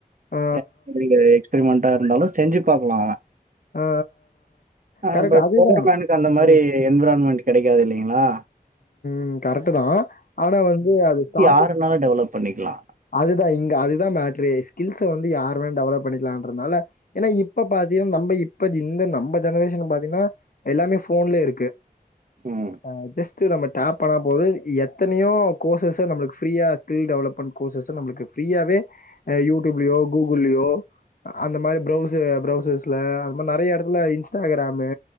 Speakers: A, on the left (about 65°); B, on the right (about 60°).
A: ஆ,
B: <unintelligible> எக்ஸ்பீரீமென்ட் எதா இருந்தாலு செஞ்சு பாக்லா
A: ஆ
B: ஆ
A: கரெக்ட்
B: பட்
A: அதுதான்.
B: புவர்மனுக்கு அந்த மாரி
A: அது
B: என்விரான்மெண்ட் கிடைக்காது இல்லைங்களா
A: ம் கரெட்டு தா ஆனா வந்து அது பாத்
B: ஆறுநாலு டெவலப் பண்ணிக்லா
A: அதுதா இங்க அதுதா மட்ரே ஸ்கில்ஸ வந்து யாருமே டெவலப் பண்ணிக்கலான்றதுனால ஏனா இப்ப பாத்தீங்க நம்ம இப்ப இந்த நம்ம ஜெனரேஷன் பாத்தீங்கனா எல்லாமே ஃபோன்லே இருக்கு
B: ம்.
A: ஆ பிஸ் சி நம்ம டப் பண்ண போது எத்தனயோ கோசஸ்ஸ நம்ளுக்கு ஃப்ரீயா ஸ்கில் டெவலப் பண் கோர்சஸ நம்ளுக்கு ஃப்ரீயாவே அ யூட்யூப்லயோ கூகுள்ளியோ அந்த மாரி ப்ரௌச ப்ரௌசர்ஸ்ல அந்த மாரி நறைய எடத்துல இன்ஸ்டாக்ரமு